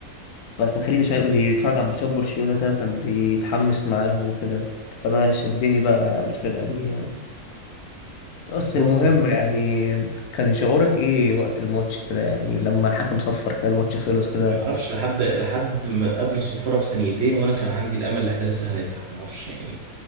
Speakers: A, on the left; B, on the right.
A: فكان خليه بيشا- بيتفرج على ماتشات برشلونة كده وكان بيتحمس معاهم وكده فأنا شدني بقى الفرقة دي يعني بس
B: بالظبط
A: المهم يعني كان شعورك إيه وقت الماتش كده يعني لما الحكم صفر كده الماتش خلص كده
B: ما اعرفش لحد لحد ما قبل الصفاره بثانيتين وانا كان عندي الامل ان احنا لسه هنرجع ما اعرفش يعني